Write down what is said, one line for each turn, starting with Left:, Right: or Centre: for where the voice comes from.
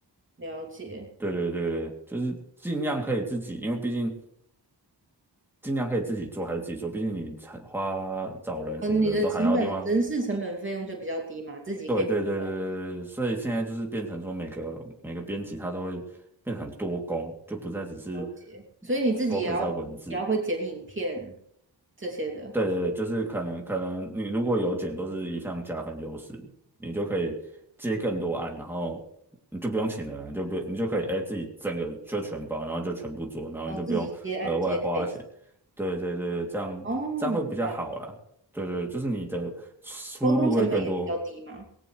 Right: 了解。
Centre: 对对对对，就是尽量可以自己，因为毕竟尽量可以自己做还是自己做，毕竟你才花找人什么的都还要另外。
Right: 哦，你的成本人事成本费用就比较低嘛，自己可以赚一点，
Centre: 对对对对对对，所以现在就是变成说每个每个编辑他都会变得很多工，就不再只是
Right: 了解。所以你自己也要也要会剪影片
Centre: focus 在文字。
Right: 这些的，
Centre: 对对对就是可能可能你如果有减都是一项加分优势，你就可以接更多案，然后你就不用请人了，你就不你就可以哎自己整个就全包，然后就全部做，然后你就不用额外花钱。
Right: 哦，自己接案接 case。
Centre: 对对对，这样这样会比较好啦。
Right: 哦，明白。
Centre: 对对，就是你的出路会更多。
Right: 沟通成本也比较低嘛。